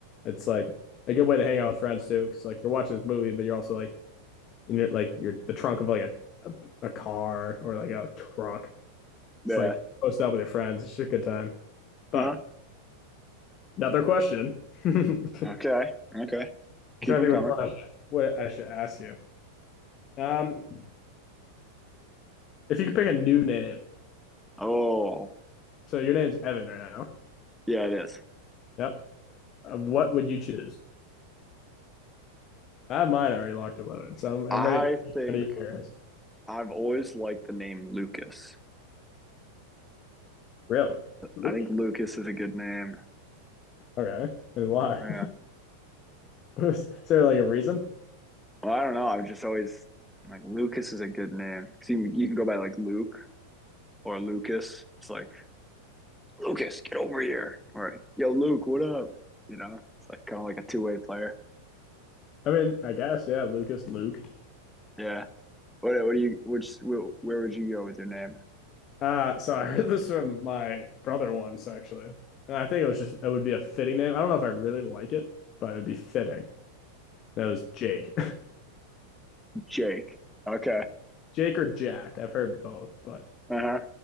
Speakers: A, on the left; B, in the centre.
A: It's like a good way to hang out with friends too. Cause like you're watching this movie, but you're also like you're like you're the trunk of like a, a, a car or like a truck. It's
B: Yeah.
A: like post up with your friends. It's just a good time. But
B: Huh?
A: another question. <laughs> I'm trying
B: Okay. Okay. Keep
A: to
B: them
A: think
B: coming.
A: which one I should, what I should ask you. Um, if you could pick a new name,
B: Oh,
A: so your name's Evan right now.
B: yeah, it is.
A: Yep. Uh, what would you choose? I have mine already locked in. So I'm, I'm
B: I
A: ready.
B: think
A: Ready for yours.
B: I've always liked the name Lucas.
A: Really? Lucas.
B: I think Lucas is a good name.
A: Okay. And why?
B: Yeah.
A: <laughs> Is there like a reason?
B: Well, I don't know. I've just always like Lucas is a good name. See, you can go by like Luke or Lucas. It's like Lucas, get over here. Or, yo, Luke, what up? You know, it's like kind of like a two way player.
A: I mean, I guess, yeah, Lucas, Luke.
B: Yeah. What, what do you, which, where would you go with your name?
A: Uh, so I heard this from my brother once, actually. And I think it was just, it would be a fitting name. I don't know if I really like it, but it'd be fitting. That was Jake.
B: Jake. Okay.
A: <laughs> Jake or Jack. I've heard both, but
B: Uh huh.